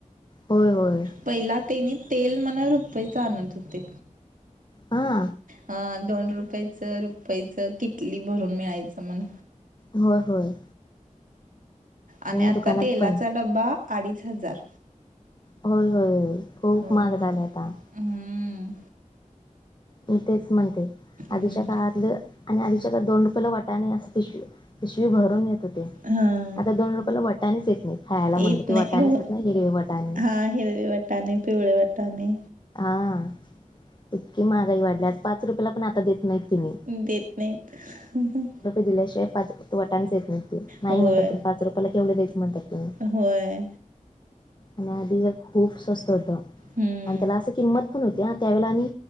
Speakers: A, on the left; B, on the right.
A: होय - होय.
B: पहिला तेनी, तेल मन रुपयचं आणत होते.
A: हा.
B: हा, दोन रुपयाचं. रुपयच. किटली भरून मिळायचं म्हण.
A: होय - होय.
B: आणि आता
A: दुकानात
B: तेलाचा
A: पण
B: डबा, अडीच - हजार.
A: होय - होय. खूप
B: होय.
A: महाग झालय आता.
B: हम्म.
A: मी तेच म्हणते.
B: हम्म.
A: आधीच्या काळातलं, आणि आधीच्या काळात दोन रुपयेला वाटाने, असं पिशवी पिशवी भरून येत होते.
B: हा
A: आता दोन रुपयाला वाटानेच येत नाही. खायाला
B: येत
A: म्हणलं ती
B: नाही
A: वटाने
B: हो
A: असतात ना. हिरवी वटाने.
B: हा हिरवे वट वाटाने, पिवळे वाटाने.
A: हा. इतकी महागाई वाढल्या. पाच रुपयाला पण आता देत नाहीत. तिने
B: देत नाहीत. <unintelligible>
A: दिल्या शिवाय, पाच वाटणेच देत नाहीत ते. नाही
B: होय
A: म्हणतात. तुम्ही पाच रुपयाला केवढे द्यायचे, म्हणतात तेनी.
B: होय
A: आणि आधी हे खूप स्वस्त होतं.
B: हम्म.
A: अन् त्याला असं किंमत पण होती. आणि त्यावेळेला आणि